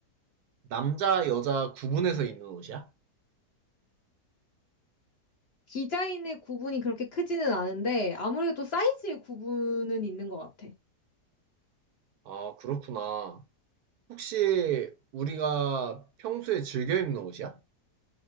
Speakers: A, on the right; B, on the left.
A: 남자, 여자 구분해서 입는 옷이야?
B: 디자인의 구분이 그렇게 크지는 않은데, 아무래도 사이즈의 구분은 있는 것 같아.
A: 아, 그렇구나. 혹시 우리가 평소에 즐겨 입는 옷이야?